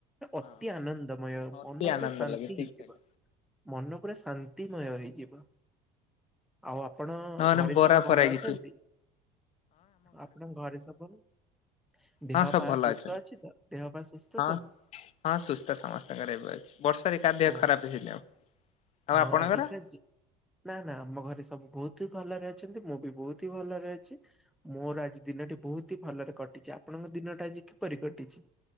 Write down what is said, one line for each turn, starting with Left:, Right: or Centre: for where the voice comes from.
Centre: ଅତି
Left: ହଁ
Centre: ଆନନ୍ଦ। ମୟ
Left: ଅତି
Centre: ମନ
Left: ଆନନ୍ଦ
Centre: ପରେ ଶାନ୍ତି
Left: ଲାଗେ ଠିକ
Centre: ହେଇଯିବ
Left: କହିଲ
Centre: ମନପୁରା ଶାନ୍ତିମୟ ହେଇଯିବ। ଆଉ ଆପଣ
Left: ନହେଲେ
Centre: ଘରେ
Left: ବରା
Centre: ସବୁ
Left: ଫରା
Centre: ଭଲ
Left: କିଛି
Centre: ଅଛନ୍ତି? ଆପଣଙ୍କ ଘରେ ସବୁ ଭଲ? ଦେହ
Left: ହଁ ସବୁ
Centre: ପା
Left: ଭଲ
Centre: ସୁସ୍ଥ
Left: ଅଛନ୍ତି
Centre: ଅଛି ତ ଦେହ ପାଇଁ ସୁସ୍ଥ
Left: ହଁ
Centre: ସବୁ?
Left: ହଁ ସୁସ୍ଥ ସମସ୍ତଙ୍କର ଏବେ ଅଛି ବର୍ଷାରେ କାହା
Centre: ହଉ।
Left: ଖରାପ ହେଇନି ଆଉ।
Centre: ହଁ
Left: ଆପଣଙ୍କର?
Centre: ଏଇଖିଣା ଯ ନା ନା ଆମ ଘରେ ସବୁ ବହୁତ ହି ଭଲରେ ଅଛନ୍ତି ମୁଁ ବି ବହୁତ ହି ଭଲରେ ଅଛି। ମୋର ଆଜି ଦିନଟି ବହୁତ ହି ଭଲରେ କଟିଛି ଆପଣଙ୍କ ଦିନଟା ଆଜି କିପରି କଟିଛି?